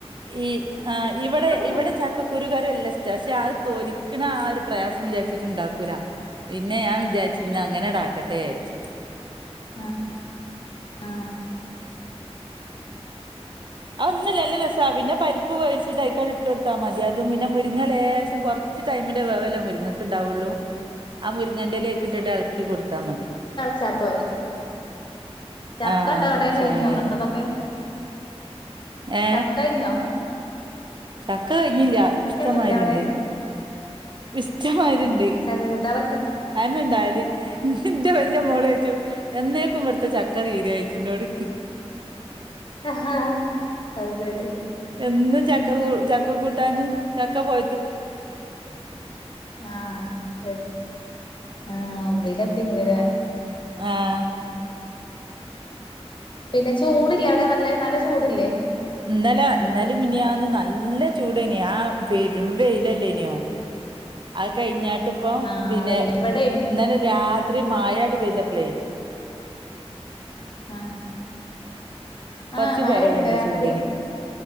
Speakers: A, on the right (about 45°); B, on the left (about 45°).
A: ഈ ആ ഇവടെ ഇവടെ
B: നല്ല
A: ചക്കക്കുരുകറി അല്ലഷ്ട്ടാ പക്ഷെ ആരുതോലി ക്ക്ണാ ഒരു പ്രയാസം വിചാര്ച്ചിട്ട് ണ്ടാക്കൂല പിന്നെ ഞാൻ വിചാര്ച്ച് ഇന്ന് അങ്ങനെടാക്കട്ടെ ര്ച്ച്
B: ആ ആ
A: അ ഒന്നുല്ല നല്ല രസ പിന്നെ പരിപ്പ് വേവിച്ചിട്ട് അയ്ക്കട് ഇട്ടൊട്ത്താ മതി <unintelligible> തും പിന്നെ മുരിങ്ങ ലേശം കൊർച്ച് ടൈമിന്റെ വേവ ല്ലെ മുരിങ്ങക്ക് ണ്ടാവൊള്ളു ആ മുരങ്ങൻ്റെ ല ഐക്ക് ട്ടിട്ട് എളക്കി കൊട്ത്താ മതി
B: ചപ്പൊരെ ചക്കണ്ട
A: ആ
B: വടെ
A: തളിച്ചാൽ
B: കയിഞ്ഞോ
A: മതിയല്ലോ
B: ഇങ്ങൾതൊക്കെ
A: ഏ
B: ചക്കയ്ഞ്ഞോ?
A: ചക്ക കയ്ഞ്ഞില്ല ഇഷ്ടമ്മായിരിണ്ട്
B: ഇല്ലേ അവിടെ
A: ഇഷ്ടമ്മായിരിണ്ട്
B: ആഹ് ചക്ക കൂട്ടാൻ വെക്ക
A: അന്നെണ്ടാവല് ഇൻ്റെ വെല്ല്യ മോളോയ്ച്ചും എന്നേക്കുമ്പട്ത്തെ ചക്ക തീരാച്ചുന്നോട്
B: ആഹ അഅ് ശെരി
A: എന്നും ചക്ക കൂ ചക്ക കൂ
B: ആ <unintelligible> ആ ഒമ്പീലെത്തിക്ക്ണ് ലെ
A: ആഹ്
B: പിന്നെ ചൂട്ല്ലെ അവടെ നല്ല നല്ല ചൂട്ല്ലേ?
A: ഇന്നലാ ഇന്നെലിം മിനിയാന്നും നല്ല ചൂടെനി ആ പെരും വെയ്ലല്ലേന്യോ അഅ് കഴിഞ്ഞാട്ട്പ്പൊ
B: ആഹ്
A: പിന്നെ
B: വെയില് ഇവിടെയും
A: ഉം ഇന്നലെ രാത്രി മായാണ്ട് പെയ്തപ്ലേ
B: ആ
A: കൊറച്ച്
B: ആ മയെയ്തീന്യോ
A: കൊറവുണ്ട്
B: രാത്രി
A: ചൂടിന്